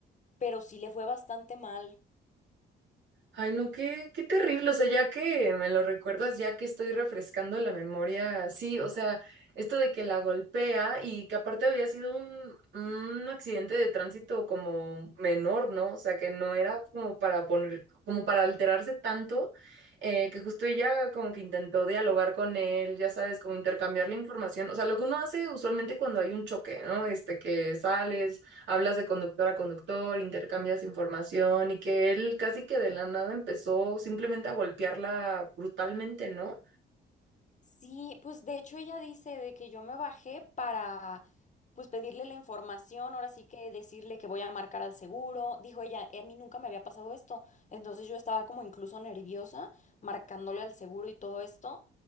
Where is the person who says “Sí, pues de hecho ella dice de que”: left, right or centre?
Left